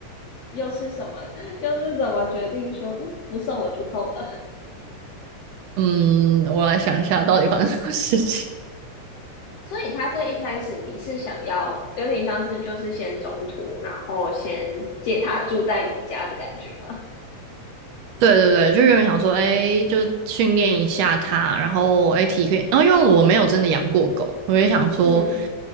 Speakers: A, on the left; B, on the right.
A: 又是什么，又是怎么决定说，嗯，不送了，不送了？<laughs>
B: 嗯，我来想一下到底发生什么事情。
A: 所以他最一开始你是想要有点像是就是先中途，然后先借他住在你家的感觉吗？
B: 对对对，就原本想说，哎，就训练一下它，然后哎体验，然后因为我没有真的养过狗，我就想说
A: 嗯